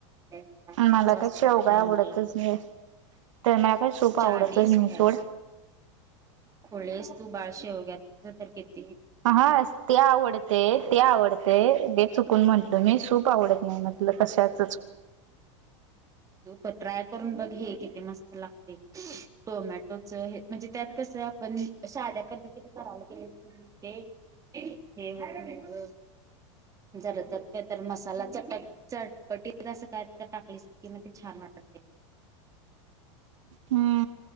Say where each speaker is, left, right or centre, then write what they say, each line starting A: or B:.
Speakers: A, on the right (about 20°); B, on the right (about 80°).
A: चार पाच
B: मला
A: वाजताच्या
B: काय शेवगा
A: टाइमिंगला.
B: आवडतच नाही. तर मला काही सूप आवडतच
A: शाणी या हाईस
B: नाही
A: काय?
B: सोड.
A: खुळी आहिस तू बाळ शेवग्याच तर किती
B: हा ते आवडतय ते आवडतय ते चुक चकून म्हंटल मी सूप आवडत नाही म्हटलं कशाचच.
A: ट्राय करून बघ हे कि मस्त लागते टोमॅटोच म्हणजे त्यात कस पण साध्या पद्धती कराला गेलीस कणी ते हे होतय ग. जरा त्यात काय तर मसाला च चटपटीत आस काय तर टाकली की म ते छान वाटते.
B: हम्म.